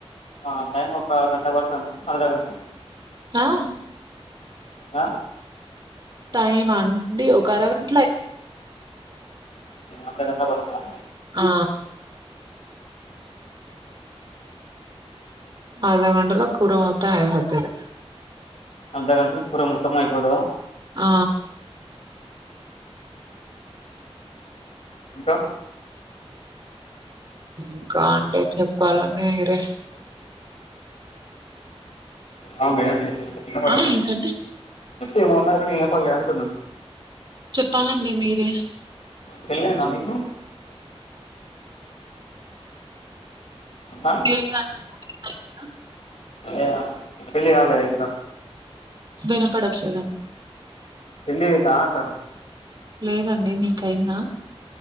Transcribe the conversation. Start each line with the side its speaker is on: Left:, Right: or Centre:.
Left: ఆ టైమ్ ఒక గంట పడుతది మేడం అర్ధగంట
Right: ఆ
Left: ఆ
Right: టైమ్ ఆ అండి ఒక అరగంటలో
Left: అర్ధఘంటా పడతాదా
Right: ఆ అర్ధ గంటలో కూర మొత్తం అయిపోతది
Left: అర్ధగంటలో కూర మొత్తం అయిపోతద
Right: ఆ
Left: ఇంకా
Right: ఇంకా అండి చెప్పాలండి మీరే
Left: ఆ మేడం వినపడలే
Right: ఆ ఏంటండి
Left: ఏమో అన్నరు వినపడలే అంటున్న
Right: చెప్పాలండి మీరే
Left: పెళ్లయిందా మీకు ఆ?
Right: లేదండి కాలేదు
Left: ఏ ఆ పెళ్ళి కాలేదా ఇంకా
Right: వినపడట్లేదండి
Left: పెళ్లయిందా అంటన్న
Right: లేదండి మీకైంద